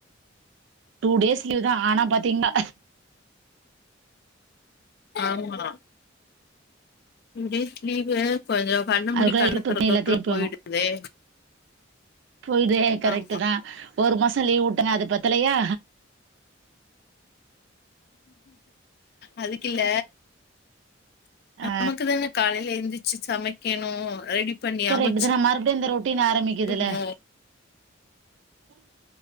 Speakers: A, on the right; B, on the left.
A: டூ டேஸ் லீவ் தா ஆனா பாத்தீங்னா
B: ஆமா இன்கேஸ் லீவு கொஞ்சோ கண்ண
A: அதுக்குள்ள
B: மூடி
A: <unintelligible>
B: கண்ண தொறக்கக்குள்ள
A: எல்லாத்தையு எழுப்பிவுடனு
B: போயிடுதே
A: போயிடுதே கரெக்ட்டுதா
B: ஆமா
A: ஒரு மா சொ லீவ் வுட்டாங்க அது பத்தலயா
B: அதுக்கில்ல
A: ஆ
B: நமக்குதான காலைல எந்திச்சு சமை க்கெனு ரெடி பண்ணி
A: கரெக்ட்டுதான
B: அமச்சு
A: மறுப்டியு இந்த ரொ ட்டின் ஆரமிக்கிதுல
B: வுட்ணு
A: கா <inaudible>